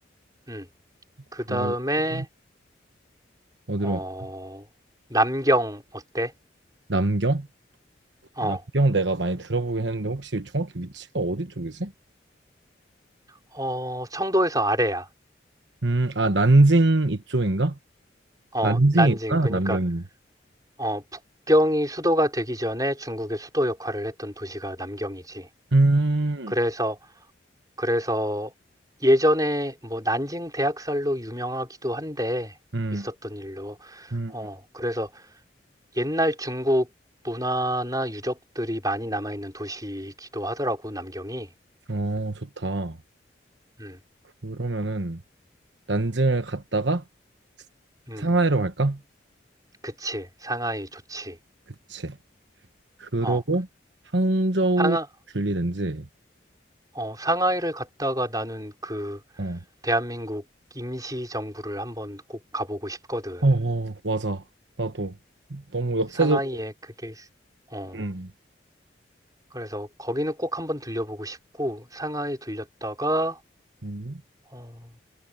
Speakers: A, on the right; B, on the right.
A: 음. 그다음에
B: 그러고 어디로
A: 어,
B: 갈까?
A: 남경 어때?
B: 남경?
A: 어.
B: 남경 내가 많이 들어보긴 했는데 혹시 정확히 위치가 어디 쪽이지?
A: 어, 청도에서 아래야.
B: 음, 아 난징 이쪽인가?
A: 어,
B: 난징이구나
A: 난징. 그러니까
B: 남경이.
A: 어, 북경이 수도가 되기 전에 중국의 수도 역할을 했던 도시가 남경이지.
B: 음,
A: 그래서 그래서 예전에 뭐 난징 대학살로 유명하기도 한데
B: 음,
A: 있었던 일로
B: 음.
A: 어, 그래서 옛날 중국 문화나 유적들이 많이 남아있는 도시이기도 하더라고, 남경이.
B: 어, 좋다.
A: 음,
B: 그러면은 난징을 갔다가
A: 음,
B: 상하이로 갈까?
A: 그치. 상하이 좋지.
B: 그치. 그러고
A: 어,
B: 항저우
A: 상하,
B: 들리든지.
A: 어, 상하이를 갔다가 나는 그
B: 어.
A: 대한민국 임시정부를 한번 꼭 가보고 싶거든.
B: 어, 어, 맞아. 나도 너무 역사적으로.
A: 상하이에 그게, 있- 어,
B: 음.
A: 그래서 거기는 꼭 한번 들려보고 싶고, 상하이 들렸다가,
B: 음.
A: 어,